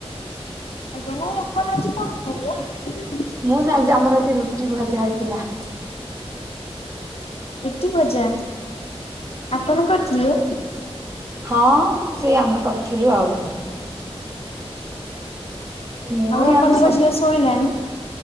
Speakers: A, on the left; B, on the right.
A: ଆଜ୍ଞା ନାଇଁ ଆପଣ ଆଜି କଣ ଖାଇଲେ?
B: ମୁଁ ନା ଆଜି ଆମର ଆଜି ଏ ରୁଟି ଭଜା ହେଇଥିଲା।
A: ରୁଟି ଭଜା, ଆପଣ କରିଥିଲେ?
B: ହଁ ସେ ଆମେ କରିଥିଲୁ ଆଉ। ମୁଁ
A: ଆଉ
B: ଏଇ
A: ଆପଣଙ୍କ
B: ଆମେ ସବୁ
A: ଝିଅ ଶୋଇଲାଣି?